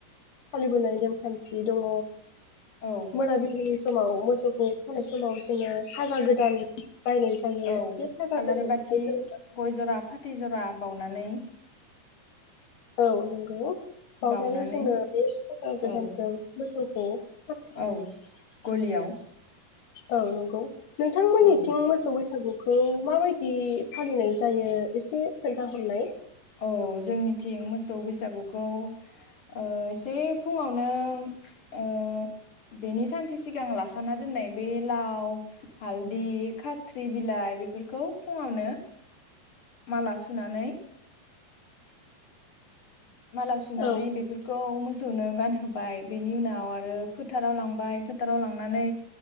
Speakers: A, on the left; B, on the left.
A: फालिबोनाय नेमखान्थि दङ।
B: औ
A: मोनाबिलि समाव मोसौखौ खानाय समाव जोङो फागा गोदान बायनाय जायो
B: औ
A: बे फागा
B: आलारि
A: गोदानखौहाय
B: बाथि
A: जों
B: गय जरा फाथै जरा बावनानै
A: औ नंगौ। बावनानै
B: बाउनानै
A: जोङो बे फागा गोदानखौ
B: औ
A: मोसौ <unintelligible>
B: औ गलियाव
A: औ नंगौ नोंथांमोननिथिं
B: औ
A: मोसौ बैसागु खौ माबायदि फालिनाय जायो एसे खोन्थाहरनाय।
B: औ जोंनिथिं मोसौ बैसागुखौ ओ एसे फुङावनो ओ बेनि सानसे सिगां लाखाना दोननाय बे लाव हालदै खाथ्रि बिलाइ बेफोरखौ फुङावनो माला सुनानै <inaudible> माला सुनानै
A: औ
B: बेफोरखौ मो सौनो गानहोबाय बेनि उनाव आरो फोथाराव लांबाय फोथाराव लांनानै